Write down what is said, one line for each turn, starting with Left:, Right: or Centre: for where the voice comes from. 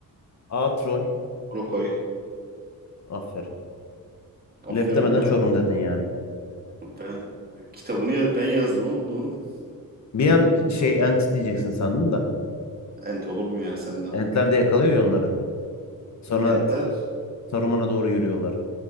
Left: A. Troll.
Right: Brokay.
Left: Aferin.
Right: Aferin
Left: Lep demeden
Right: mi?
Left: Çorum dedin yani.
Right: Ben kitabını ben yazdım ama bunun
Left: Bir an şey Ent diyeceksin sandım da.
Right: ent olur mu ya sende?
Left: Entler de yakalıyor ya onları. Sonra
Right: Entler
Left: Saruman'a doğru yürüyorlar.